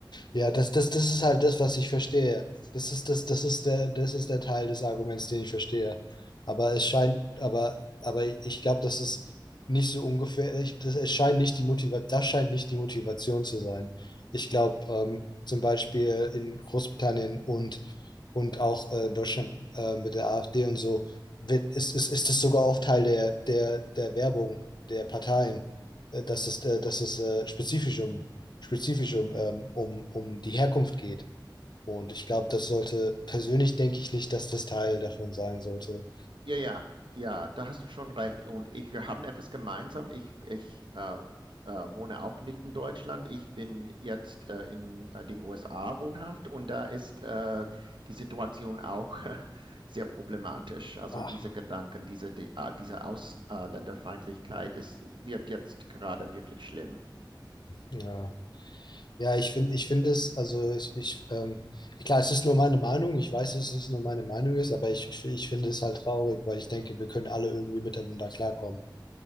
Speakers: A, on the left; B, on the right.
A: Ja,
B: <laughs>
A: das, das, das ist halt das, was ich verstehe. Das ist das, das ist der, das ist der Teil des Arguments, den ich verstehe. Aber es scheint, aber, aber ich glaube, das ist nicht so ungefährlich das, es scheint nicht die Motiva, das scheint nicht die Motivation zu sein. Ich glaube, ähm, zum Beispiel in Großbritannien und, und auch äh, in Deutschland äh, mit der AfD und so, wird, ist, ist, ist das sogar oft Teil der, der, der Werbung der Parteien, äh, dass es, äh, dass es äh, spezifisch um spezifisch um, ähm, um, um die Herkunft geht. Und ich glaube, das sollte, persönlich denke ich nicht, dass das Teil davon sein sollte.
B: Ja, ja, ja, da hast du schon recht. Und ich, wir haben etwas gemeinsam. Ich, ich äh, äh, wohne auch nicht in Deutschland. Ich bin jetzt äh, in äh, den USA wohnhaft und da ist äh, die Situation auch <laughs> sehr problematisch. Also
A: Ach,
B: diese Gedanken, diese, die, ah, diese Ausländerfeindlichkeit ist, wird jetzt gerade wirklich schlimm.
A: ja. Ja, ich finde, ich finde es, also ich, ich, ähm, klar, es ist nur meine Meinung, ich weiß, dass es nur meine Meinung ist, aber ich, ich finde es halt traurig, weil ich denke, wir können alle irgendwie miteinander klarkommen.